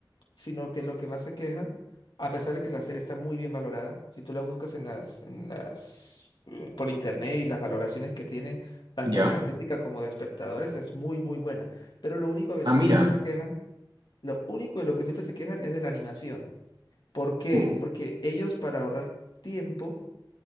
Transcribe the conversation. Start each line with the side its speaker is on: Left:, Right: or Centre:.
Left: sino que lo que más se quejan, a pesar de que la serie está muy bien valorada, si tú la buscas en las, en las, eh, por internet y las valoraciones que tiene, tanto
Right: ¿Ya?
Left: de la crítica como de espectadores, es muy, muy buena. Pero lo único de
Right: Ah,
Left: lo
Right: mira.
Left: que siempre se quejan, lo único de lo que siempre se quejan es de la animación. ¿Por qué?
Right: Mm.
Left: Porque ellos para ahorrar tiempo